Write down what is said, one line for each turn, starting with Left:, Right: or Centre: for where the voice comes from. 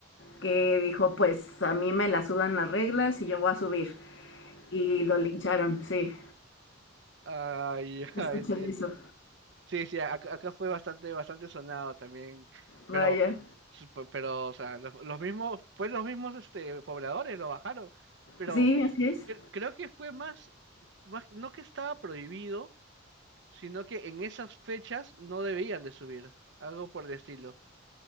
Left: que dijo, pues a mí me la sudan las reglas y yo voy a subir. Y lo lincharon, sí.
Right: Ah, ya <laughs>
Left: Escuché
Right: entiendo.
Left: de eso.
Right: Sí, sí, acá, acá fue bastante, bastante sonado también,
Left: Vaya.
Right: pero, sí, pe- pero, o sea, los, los mismos, fue los mismos, este, pobladores lo bajaron, pero
Left: Sí, así es.
Right: cre- creo que fue más, más, no que estaba prohibido, sino que en esas fechas no debían de subir, algo por el estilo,